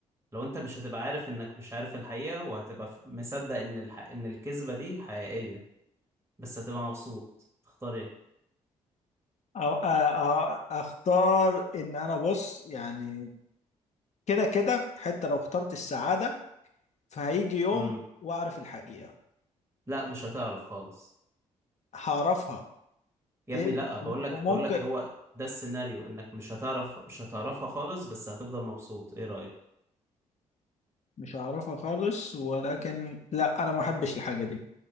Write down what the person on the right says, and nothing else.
لو انت مش هتبقى عارف انك مش عارف الحقيقة وهتبقى ف- مصدق ان الح... ان الكذبة دي حقيقية بس هتبقى مبسوط تختار ايه
امم
لا مش هتعرف خالص
يا
ابني لا بقول لك
بقول لك هو ده السيناريو انك مش هتعرف مش هتعرفها خالص بس هتفضل مبسوط ايه رأيك